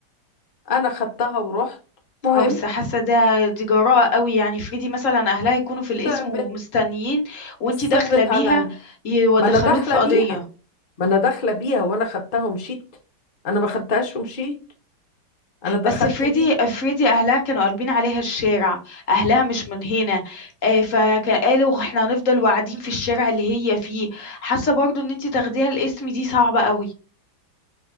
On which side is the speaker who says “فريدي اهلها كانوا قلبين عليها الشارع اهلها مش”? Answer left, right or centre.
Left